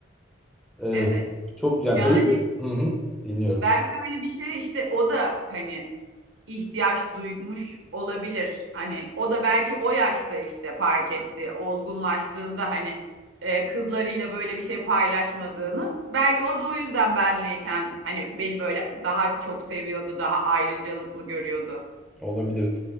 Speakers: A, in the centre; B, on the right.
A: e,
B: Evet.
A: çok yani
B: Yani
A: belli. Hı hı. Dinliyorum.
B: belki öyle bir şey işte o da hani ihtiyaç duymuş olabilir. Hani o da belki o yaşta işte fark etti, olgunlaştığında hani e, kızlarıyla böyle bir şey paylaşmadığını. Belki o da o yüzden benleyken hani beni böyle daha çok seviyordu, daha ayrıcalıklı görüyordu.
A: Olabilir.